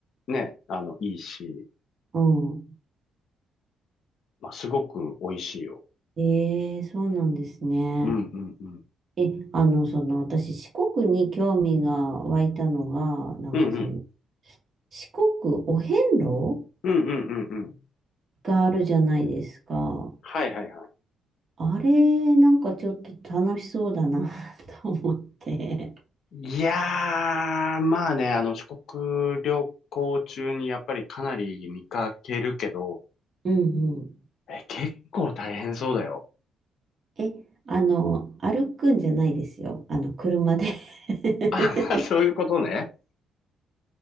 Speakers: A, on the left (about 70°); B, on the right (about 45°).
A: ね、あの、いいし、
B: うん。
A: まあ、すごく美味しいよ。
B: ええ、そうなんですね。
A: うんうんうん。
B: え、あの、その、私、四国に興味が湧いたのが、なんかその、
A: うんうん。
B: 四国お遍路
A: うんうんうんうん。
B: があるじゃないですか。
A: はいはいはい。
B: あれ、なんかちょっと楽しそうだな <laughs> と思って。
A: いやー、まあね、あの、四国旅行中にやっぱりかなり見かけるけど、
B: うんうん。
A: え、結構大変そうだよ。
B: え、あの、歩くんじゃないですよ。あの、車で <laughs>
A: あ、<laughs> そういうことね。